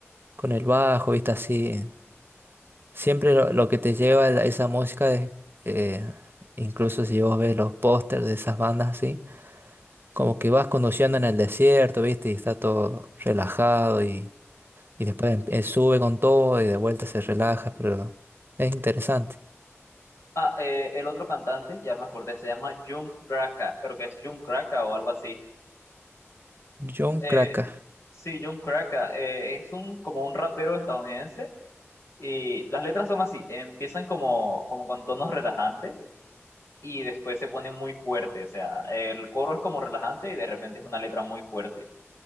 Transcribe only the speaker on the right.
con el bajo, viste, así. Siempre lo, lo que te lleva a esa música es, eh, incluso si vos ves los pósters de esas bandas así, como que vas conduciendo en el desierto, viste, y está todo relajado y Y después em- eh, sube con todo y de vuelta se relaja, pero es interesante.
John
Kraka.